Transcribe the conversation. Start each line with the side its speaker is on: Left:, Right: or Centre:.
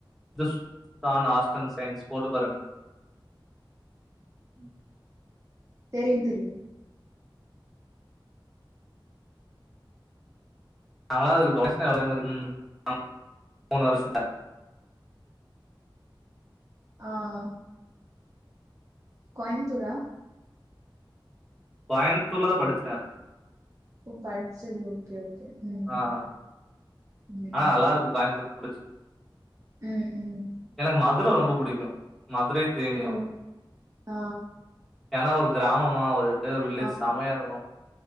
Centre: Hindusthan arts and science போட்டு பாருங்க ம்
Right: தெரியும் தெரியும்
Centre: நாங்கள்ல அதுக் டொனேஷனே எவ்ளோ தெரியுமா ம் அ முணு வருஷத்த
Right: ஆ ம் கோயம்புத்தூரா
Centre: கோயம்பத்தூர்லதா படிச்சிட்டே
Right: ஓ படிச்சது ஓகே ஓகே ம்
Centre: ஆ ஆ
Right: ம்
Centre: ஆ நல்லா இருக்கும் கோயம்பத்தூர் புடிச்சு
Right: ம் ம்
Centre: எனக்கு மதுர ரொம்ப புடிக்கும் மதுரை தேனியும்
Right: ஓ! ஆ
Centre: ஏன்னா ஒரு கிராமமா ஒரு அப்டியே ஒரு வில்லேஜ்
Right: ஆ
Centre: செமையா இருக்கும்